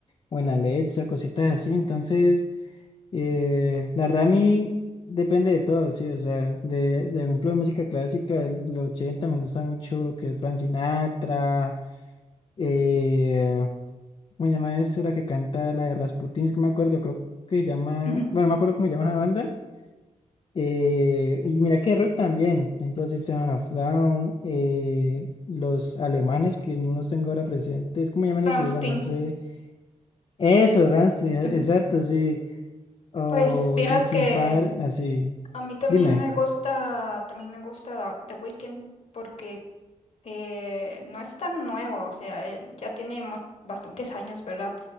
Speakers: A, on the left; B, on the left.
A: o en la Alexa, cositas así. Entonces, eh, la verdad a mí depende de todo, sí, o sea, de, de ejemplo de música clásica, de los 80 me gusta mucho lo que es Frank Sinatra, eh, ¿cómo se llama eso? La que canta la de Rasputin, es que no me acuerdo, creo que se llama,
B: ujú.
A: bueno, no me acuerdo cómo se llama esa banda. Eh, y mira que rock también, por ejemplo, System of a Down, eh, los alemanes que no los tengo ahora presentes, ¿cómo llaman
B: Rammstein.
A: ellos? Bueno, no sé. Eso, Rammstein,
B: ujú.
A: exacto, sí. O
B: Pues vieras
A: Linkin
B: que
A: Park, así.
B: a mí también
A: Dime.
B: me gusta, también me gusta The Weeknd porque eh, no es tan nuevo, o sea, él ya tiene mu- bastantes años, ¿verdad?